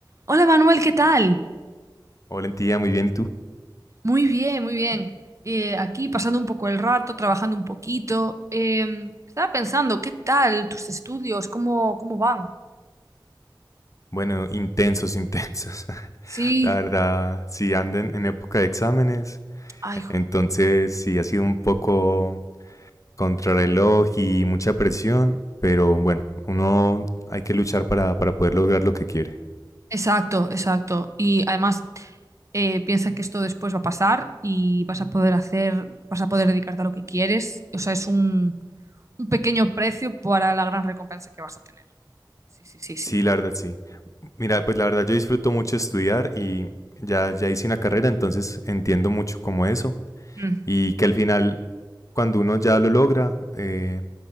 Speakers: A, on the right; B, on the left.
A: Hola Manuel, ¿qué tal?
B: Hola, tía, muy bien, ¿y tú?
A: Muy bien, muy bien. Eh, aquí pasando un poco el rato, trabajando un poquito. Eh, estaba pensando, ¿qué tal tus estudios? ¿Cómo, cómo van?
B: Bueno, intensos, intensos. <laughs>
A: Sí,
B: La verdad, sí anden en época de exámenes,
A: ay, jo.
B: entonces sí ha sido un poco contrarreloj y mucha presión, pero bueno, uno hay que luchar para, para poder lograr lo que quiere.
A: Exacto, exacto. Y además, eh, piensa que esto después va a pasar y vas a poder hacer, vas a poder dedicarte a lo que quieres. O sea, es un, un pequeño precio para la gran recompensa que vas a tener. Sí, sí, sí, sí.
B: Sí, la verdad, sí. Mira, pues la verdad yo disfruto mucho estudiar y ya, ya hice una carrera, entonces entiendo mucho como eso.
A: Mm,
B: Y que al final, cuando uno ya lo logra, eh,